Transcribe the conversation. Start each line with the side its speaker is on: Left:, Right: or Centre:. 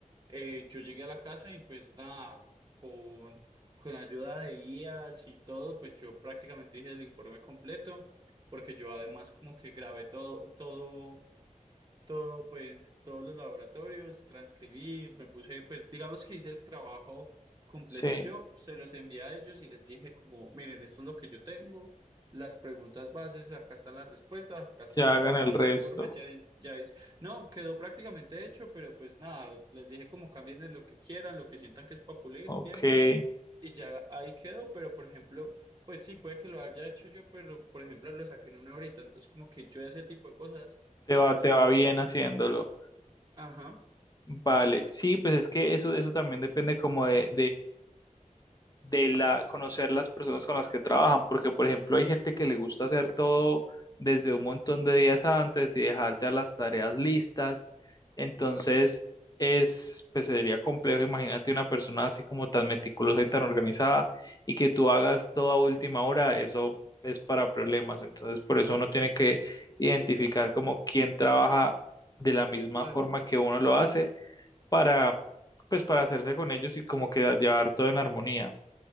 Right: Eh, yo llegué a la casa y pues nada, con, con ayuda de guías y todo, pues yo prácticamente hice el informe completo porque yo además como que grabé todo, todo todo, pues, todos los laboratorios, transcribí, me puse, pues, digamos que hice el trabajo completo
Left: Sí,
Right: yo, se los envié a ellos y les dije como, miren, esto es lo que yo tengo, las preguntas bases, acá están las respuestas, acá está
Left: ya
Right: la estructura
Left: hagan el resto.
Right: del informe, ya, ya es, no, quedó prácticamente hecho, pero pues nada, les dije como cambien lo que quieran, lo que sientan que es para pulir,
Left: Ok,
Right: bien,
Left: te
Right: tal, y ya ahí quedó, pero por ejemplo... Pues sí, puede que lo haya hecho yo, pero por ejemplo lo saqué en una horita, entonces como que yo ese tipo de cosas no
Left: va,
Right: le
Left: te
Right: veo
Left: va bien haciéndolo.
Right: Ajá,
Left: Vale, sí, pues es que eso, eso también depende como de, de la, conocer las personas con las que trabajan, porque por ejemplo hay gente que le gusta hacer todo desde un montón de días antes y dejar ya las tareas listas, entonces es, pues sería complejo, imagínate una persona así como tan meticulosa y tan organizada y que tú hagas todo a última hora, eso es para problemas, entonces por eso uno tiene que identificar como quién trabaja de la misma
Right: par-
Left: forma que uno lo hace para, pues para hacerse con ellos y como que llevar todo en armonía.